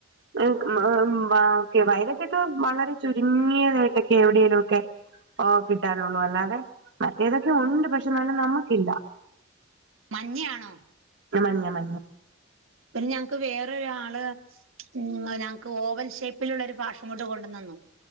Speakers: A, on the right; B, on the right.
A: <unintelligible> വൈരക്കെട്ടൊ വളരെ ചുര് തിങ്ങിയതായിട്ടൊക്കെ എവിടെലൊക്കെ ഓ കിട്ടാനൊള്ളൂ അല്ലാതെ മറ്റേതൊക്കെ ഉണ്ട് പക്ഷെ നല്ല് നമുക്കില്ല
B: മഞ്ഞയാണോ
A: മഞ്ഞ മഞ്ഞ
B: പിന് ഞങ്ങൾക്ക് വേറൊരാള് മ് ഞങ്ങക്ക് ഓവൽ ഷേപ്പിലുള്ള ഒരു ഭാഷബൂട്ട് കൊണ്ട്തന്നു